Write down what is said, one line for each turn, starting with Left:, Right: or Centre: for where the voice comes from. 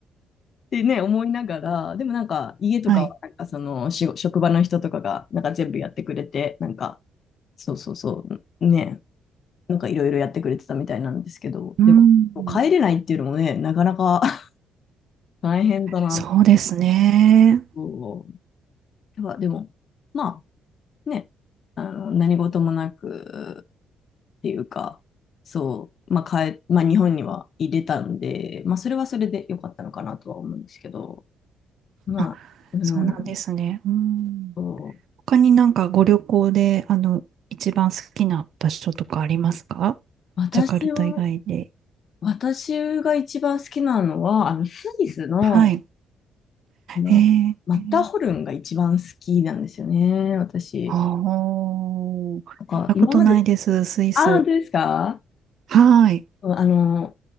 Left: てね、思いながら、でもなんか、家とかは、
Right: はい。
Left: なんかその、しご職場の人とかが、なんか全部やってくれて、なんか、そうそうそう、ね、なんかいろいろやってくれてたみたいなんですけど、
Right: うん。
Left: でも、帰れないっていうのもね、なかなか <laughs> 大変だな
Right: そうですね。
Left: と。やっでも、まあね、あの何事もなくっていうか、そう、まあ帰まあ、日本には入れたんで、まあ、それはそれで良かったのかなとは思うんですけど、まあ、
Right: あ、
Left: うんと、
Right: そうなんですね。うん。
Left: そう
Right: 他になんかご旅行で、あの、一番好きな場所とかありますか
Left: 私を、
Right: ジャカルタ以外で。
Left: 私が一番好きなのは、あのスイスの、
Right: はい。
Left: あのマッターホルンが一番好きなんですよね、
Right: ええ、
Left: 私。
Right: ああ、行ったことないです、
Left: なんか、今まで、
Right: スイス。
Left: ああ、本当ですか
Right: はい。
Left: うんあの、